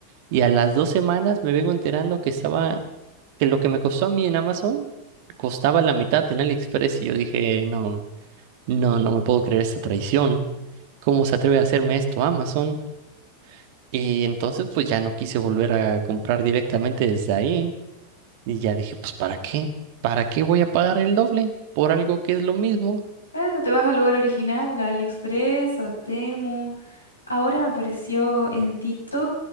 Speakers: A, on the right (about 45°); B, on the left (about 80°).
A: Y a las dos semanas me vengo enterando que estaba que lo que me costó a mí en Amazon costaba la mitad en AliExpress y yo dije, no, no, no me puedo creer esta traición. ¿Cómo se atreve a hacerme esto Amazon? Y entonces pues ya no quise volver a comprar directamente desde ahí y ya dije, pues ¿para qué? ¿Para qué voy a pagar el doble por algo que es lo mismo
B: Claro, te vas al lugar original, a AliExpress, a Temu. Ahora me apareció en TikTok